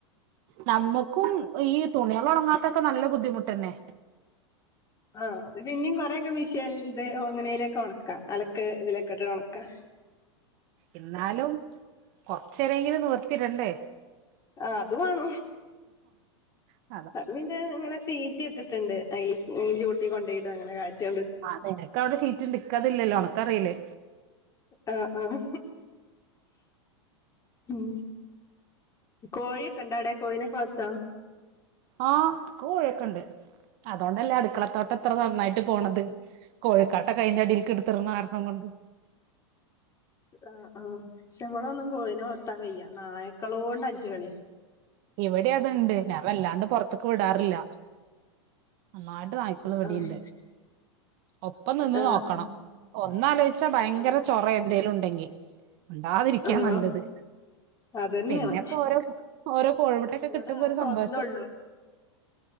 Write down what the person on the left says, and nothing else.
ആഹ് ഇനി പിന്നെയും കുറെയൊക്കെ മെഷിനിൽ ഇതേ എങ്ങനെയേലും ഒക്കെ ഉണക്കാം, അലക്ക് ഇതിലൊക്കെ ഇട്ട് ഉണക്കാം.
ആഹ് അത് വേണം
അത് പിന്നെ ഇങ്ങനെ സീറ്റ് കെട്ടിട്ടുണ്ട് അതിൻ്റെ മൂട്ടിൽ കൊണ്ടോയിടും അങ്ങനെ കാറ്റ്
ആഹ് ആഹ് ഉം കോഴി ഒണ്ടാ അവിടെ കോഴിനെ വളർത്താ
ആഹ് ആഹ് ഇവിടെ ഒന്നും കോഴിനെ വളത്താൻ കയ്യ നായക്കളോ കൊണ്ട അയ്യംകളി
ആഹ്
ആഹ്
ആഹ്
ആഹ്
അതന്നെയാണ്
ഇവിടെ
ആകെ
ഒന്നൊള്ളു